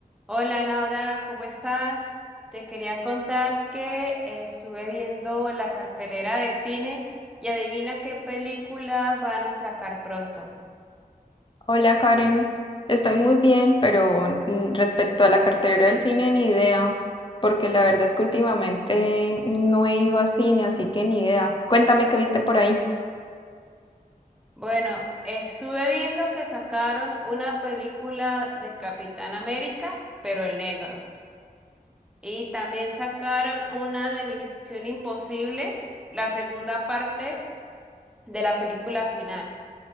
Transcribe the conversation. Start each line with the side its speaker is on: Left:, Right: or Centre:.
Centre: Hola Laura, ¿cómo estás? Te quería contar que eh, estuve viendo la cartelera de cine y adivina qué película van a sacar pronto.
Left: Hola Karen, estoy muy bien, pero mm, respecto a la cartera del cine, ni idea, porque la verdad es que últimamente no he ido a cine, así que ni idea. Cuéntame qué viste por ahí.
Centre: Bueno, estuve viendo que sacaron una película de Capitán América, pero el negro. Y también sacaron una de Misión Imposible, la segunda parte de la película final,